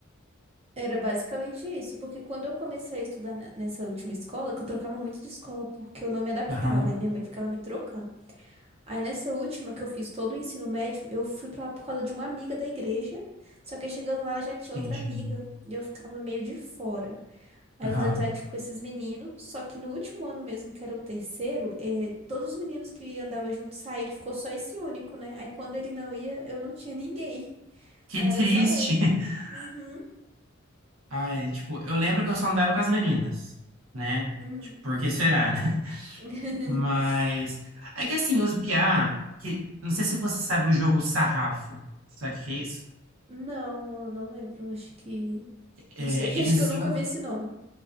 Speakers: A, on the right (about 30°); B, on the right (about 85°).
A: Era basicamente isso, porque quando eu comecei a estudar na- nessa última escola, que eu trocava muito de escola, porque eu não me adaptava,
B: Aham,
A: e minha mãe ficava me trocando. Aí nessa última que eu fiz todo o ensino médio, eu fui pra lá por causa de uma amiga da igreja, só que aí chegando lá ela já tinha
B: entendi.
A: outra amiga, e eu ficava meio de fora. Aí
B: Aham.
A: eu fiz amizade com esses meninos, só que no último ano mesmo, que era o terceiro, eh, todos os meninos que andava junto saíram, ficou só esse único, né? Aí quando ele não ia, eu não tinha ninguém.
B: Que
A: <laughs>
B: triste.
A: Era só ele.
B: <laughs>
A: Uhum,
B: Ai, tipo, eu lembro que eu só andava com as meninas, né?
A: uhum.
B: Tipo, por que será, né?
A: <laughs>
B: Mas é que assim, os piá, que não sei se você sabe o jogo Sarrafo. Sabe o que que é isso?
A: Não, eu não lembro, acho que.
B: É,
A: Não sei, <laughs>
B: eles
A: acho que eu nunca
B: iam
A: vi esse nome.